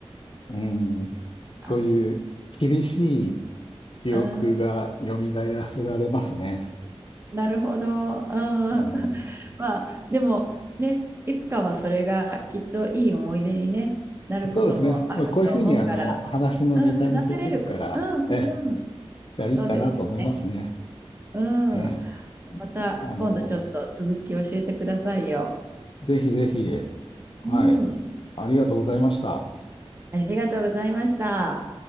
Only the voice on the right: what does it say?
あ、
うん。うん。なるほど。うん。<laughs>
まあ、でも、ね、いつかはそれがきっといい思い出に、ね、なることもあると思うから、
うん、話せれること、うん、
うん、
そうですよね。うん。
また今度ちょっと続き教えてくださいよ。
うん。
ありがとうございました。